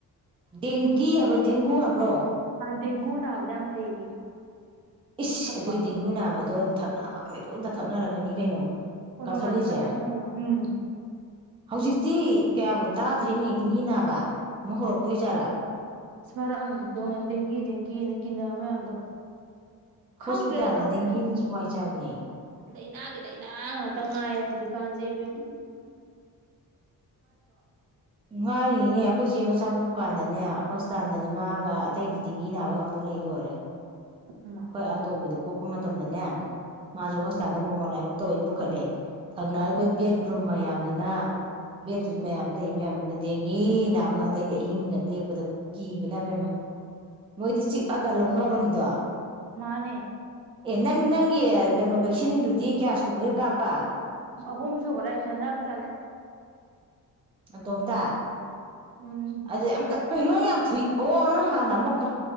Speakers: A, on the right; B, on the right.
A: ꯗꯦꯡꯒꯤ ꯍꯥꯏꯕ꯭ꯔꯣ ꯗꯦꯡꯒꯨ ꯍꯥꯏꯕ꯭ꯔꯣ?
B: ꯗꯦꯡꯒꯨꯅꯅꯥꯕꯗ ꯌꯥꯝ ꯐꯩ
A: ꯏꯁ
B: ꯊꯛꯄ
A: ꯑꯗꯨꯑꯣꯏꯗꯤ ꯒꯨ ꯅꯥꯕꯗꯣ ꯌꯥꯝ ꯊꯛꯅꯕꯅꯥꯕꯅꯦ ꯇꯨꯗ ꯊꯛꯅꯔꯛꯀꯅꯤ ꯀꯩꯅꯣ
B: ꯀꯣꯀꯣꯅꯠ
A: ꯀꯟꯈꯠꯂꯤꯁꯦ
B: ꯋꯥꯇꯔ ꯊꯛꯅꯩꯌꯦꯕ ꯎꯝ
A: ꯍꯧꯖꯤꯛꯇꯤ
B: ꯎꯝ
A: ꯀꯌꯥꯕꯨ ꯇꯥꯗ ꯅꯠꯇ꯭ꯔꯤꯅꯦꯗꯤꯡꯒꯤ ꯅꯥꯕ ꯃꯨꯛ ꯍꯧꯔꯛꯇꯣꯏꯖꯥꯔꯥ
B: ꯁꯃꯔꯛꯑꯝꯗꯣ ꯗꯦꯡꯒꯤ ꯗꯦꯡꯒꯤꯅ ꯀꯤꯟꯅ ꯃꯌꯥꯝꯗꯣ
A: ꯍꯣꯁꯄꯤꯇꯥꯜꯗ
B: ꯈꯪꯗ꯭ꯔꯦꯗ ꯇꯧꯔꯤꯁꯦ
A: ꯗꯦꯡꯒꯤꯅꯁꯨ ꯋꯥꯏ ꯆꯕꯅꯦ
B: ꯂꯥꯏꯅꯥꯒꯤ ꯂꯥꯏꯅꯥ ꯉꯥꯛꯇ ꯉꯥꯏꯌꯦ ꯍꯧꯖꯤꯛꯀꯥꯟꯁꯤꯕꯌ
A: ꯉꯏ ꯏꯅꯦ ꯑꯩꯈꯣꯏ ꯏꯆꯦ ꯃꯆꯥ ꯄꯣꯛꯄ ꯀꯥꯟꯗꯅꯦ ꯍꯣꯁꯄꯤꯇꯥꯜꯗꯅꯦ ꯃꯥꯒ ꯑꯇꯩꯗꯤꯤ ꯅꯥꯕ ꯉꯥꯛꯇ ꯂꯩ ꯂꯣꯏꯔꯦ
B: ꯎꯃ
A: ꯍꯣꯏ ꯑꯇꯣꯝꯕꯤꯗꯣ ꯄꯣꯛꯄ ꯃꯇꯝꯗꯅꯦ ꯃꯥꯁꯨ ꯍꯣꯁꯄꯤꯇꯥꯜꯗ ꯅꯣꯡꯃ ꯂꯥꯏꯍꯧ ꯇꯣꯏꯅ ꯄꯨꯈꯠꯂꯦ ꯊꯪꯅꯔꯤꯕ
B: ꯎꯝ
A: ꯕꯦꯠꯔꯨꯝ ꯃꯌꯥꯝ <unintelligible> ꯑꯗꯨ ꯃꯌꯥꯝ ꯂꯩ ꯃꯌꯥꯝꯗꯨꯅ ꯗꯦꯡꯒꯤ ꯅꯥꯕ ꯉꯇꯩꯗꯤ ꯑꯍꯤꯡꯒ ꯂꯦꯛꯄꯗ ꯀꯤꯕꯅ ꯃꯌꯥꯝ ꯃꯣꯏꯗꯤ ꯆꯤꯛꯑꯒ ꯂꯧꯅꯕꯅꯤꯗꯣ
B: ꯃꯥꯅꯦ
A: ꯑꯦꯟꯅ ꯅꯉ ꯀꯩꯅꯣ ꯚꯦꯛꯁꯤꯟꯗꯨꯗꯤ ꯀꯌꯥ ꯁꯨꯕꯒꯦ ꯀꯥꯞꯄ
B: ꯑꯍꯨꯝ ꯁꯨꯕꯗ ꯑꯩ ꯊꯟꯗꯥ ꯑꯃ ꯆꯠꯂꯦ
A: ꯇꯣꯝꯇ
B: ꯎꯝ
A: ꯑꯗꯦ ꯑ ꯀꯩꯅ ꯊ ꯑꯣꯅ ꯍꯥꯟꯅ ꯃ ꯀ